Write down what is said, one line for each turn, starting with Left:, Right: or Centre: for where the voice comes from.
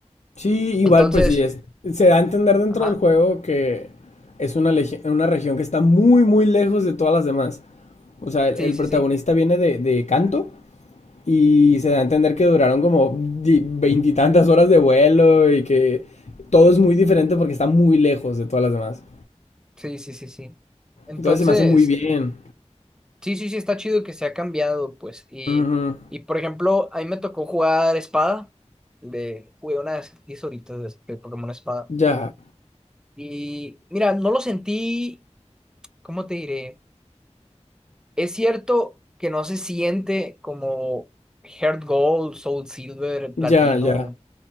Left: Sí, igual,
Centre: Entonces,
Left: pues sí, es, se da a entender dentro
Centre: ajá,
Left: del juego que es una, legi- una región que está muy, muy lejos de todas las demás. O sea, el,
Centre: sí,
Left: el
Centre: sí,
Left: protagonista
Centre: sí,
Left: viene de, de Kanto y se da a entender que duraron como di- veintitantas horas de vuelo y que todo es muy diferente porque está muy lejos de todas las demás.
Centre: sí, sí, sí, sí. Entonces,
Left: Entonces se me hace muy bien.
Centre: sí, sí, sí, está chido que se ha cambiado, pues. Y,
Left: Ujú.
Centre: y por ejemplo, a mí me tocó jugar espada, de, jugué unas 10 horitas de de Pokémon espada.
Left: Ya,
Centre: Y mira, no lo sentí, ¿cómo te diré? Es cierto que no se siente como Heart Gold, Soul Silver, Platino,
Left: ya, ya.